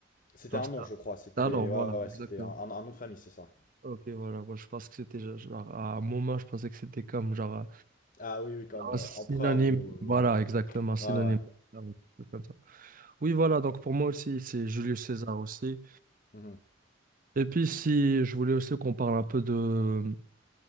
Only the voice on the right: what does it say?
genre,
c'était
un...
Ah non,
voilà,
exactement.
Ok, voilà. Moi, je pense que c'était ge- genre, à un moment, je pensais que c'était comme genre euh,
un
synonyme.
Voilà, exactement, un synonyme.
Ah oui, c'est Comme ça. Oui, voilà. Donc pour moi aussi, c'est Julius César aussi.
Et puis si je voulais aussi qu'on parle un peu de